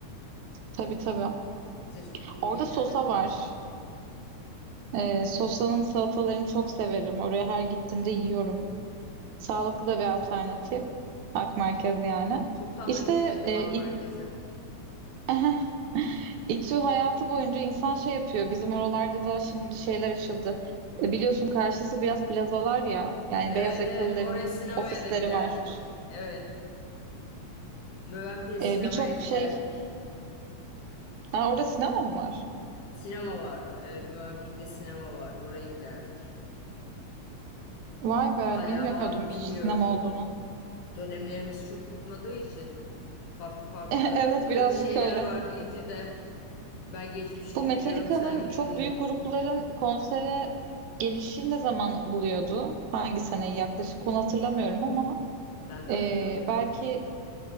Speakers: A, on the right; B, on the left.
A: Tabii tabii.
B: Bize çok büyük
A: Orada
B: gelirdi.
A: sosa var. Ee, sosanın salatalarını çok severim. Oraya her gittiğimde yiyorum. Sağlıklı da bir alternatif. Ak merkez yani.
B: Çoktandır
A: İşte
B: gitmedim
A: e,
B: Ak Merkez'e.
A: İ- <laughs> İTÜ hayatı boyunca insan şey yapıyor. Bizim oralarda da şimdi şeyler açıldı. E, biliyorsun karşısı biraz plazalar ya. Yani
B: Evet
A: beyaz yakalıların
B: evet oraya sinemaya
A: ofisleri
B: da giderdik.
A: var.
B: Evet. Mövenpik'e sinemaya
A: E, birçok
B: giderdik.
A: şey. Ha, orada sinema mı var?
B: Sinema vardı. Evet Mövenpik'te sinema vardı. Oraya giderdik.
A: Vay
B: Hala
A: be bilmiyordum
B: var mı bilmiyorum.
A: hiç sinema olduğunu.
B: dönemlerimiz çok tutmadığı için farklı farklı
A: <laughs> Evet birazcık
B: e, şeyler
A: öyle.
B: var İTÜ'de. Ben geçmişini
A: Bu Metallica'nın
B: biliyorum, sen gününü.
A: çok büyük grupların konsere gelişi ne zaman buluyordu? Hangi seneyi yaklaşık? Onu hatırlamıyorum ama
B: Ben de
A: e,
B: hatırlamıyorum.
A: belki